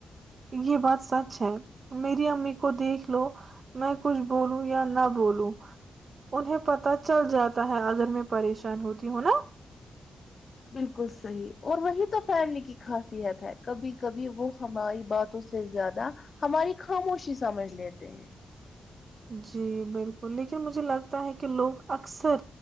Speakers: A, on the right; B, on the left.
A: یہ بات سچ ہے میری امی کو دیکھ لو میں کچھ بولوں یا نہ بولوں انہیں پتا چل جاتا ہے اگر میں پریشان ہوتی ہوں نا
B: بالکل صحیح اور وہی تو فیملی کی خاصیت ہے کبھی کبھی وہ ہماری باتوں سے زیادہ ہماری خاموشی سمجھ لیتے ہیں
A: جی بالکل لیکن مجھے لگتا ہے کہ لوگ اکثر